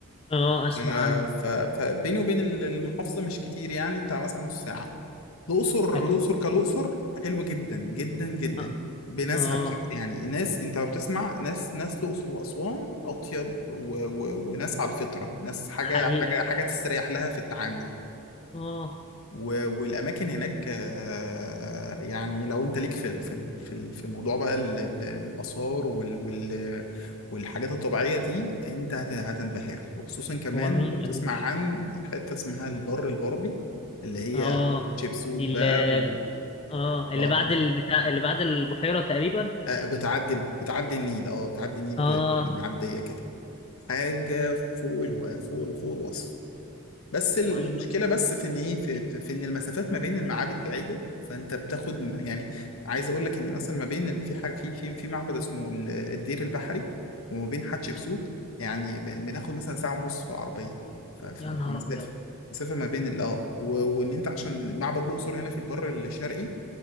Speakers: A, on the left; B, on the left.
A: اه اسمع
B: آه،
A: عنه
B: ف- فبيني وبين ال- المحافظة مش كتير يعني بتاع مثلا نص ساعة الأقصر
A: اكيد
B: الأقصر كالأقصر حلوة جدا جدا جدا
A: اه
B: بناسها
A: اه،
B: بصراحة يعني ناس أنت بتسمع ناس ناس الأقصر وأسوان أطيب و... و... وناس على الفطرة ناس حاجة
A: حقيقي
B: حاجة
A: فعلا
B: حاجة تستريح لها في التعامل
A: اه
B: و- والاماكن هناك آه، يعني لو انت ليك في ال- في ال- في ال- في موضوع بقى ال- ال- الاثار وال وال والحاجات الطبيعيه دي انت هت- هتنبهر وخصوصا كمان
A: هو مين
B: بتسمع
A: ملوش
B: عن حته اسمها البر الغربي اللي هي
A: اه
B: تشيبسوت
A: دي
B: بقى
A: اللي
B: و...
A: اه اللي
B: آه،
A: بعد البتاع اللي بعد البحيرة تقريبا
B: آه، بتعدي بتعدي النيل اه بتعدي النيل
A: اه
B: ب- بمعديه كده حاجه فوق الو... فوق فوق الوصف بس المشكله
A: ما شاء الله
B: بس في ان ايه في, في, في ان المسافات ما بين المعابد بعيده فانت بتاخد م- يعني عايز اقول لك ان مثلا ما بين ال- في حاجه في في في معبد اسمه ال- الدير البحري وما بين حتشبسوت يعني ب- بناخد مثلا ساعه ونص بالعربيه ف- ف-
A: يا
B: في
A: نهار
B: مسافه
A: ابيض
B: مسافه ما بين ال- اه و- وان انت عشان معبد الاقصر هنا في البر الشرقي